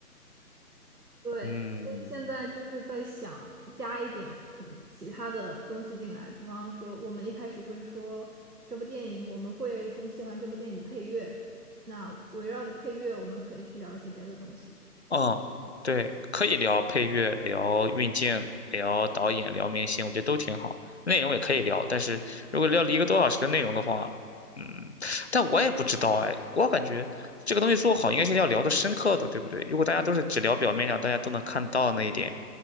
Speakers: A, on the right; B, on the left.
A: 对，
B: 嗯
A: 所以现在就是在想加一点可能其他的东西进来，比方说我们一开始会说这部电影，我们会很喜欢这部电影的配乐，那围绕着配乐，我们可以去聊一些别的东西。
B: 嗯，对，可以聊配乐，聊运镜，聊导演，聊明星，我觉得都挺好。内容也可以聊，但是如果聊了一个多小时的内容的话，嗯，但我也不知道哎，我感觉这个东西做好应该是要聊的深刻的，对不对？如果大家都是只聊表面上，大家都能看到那一点，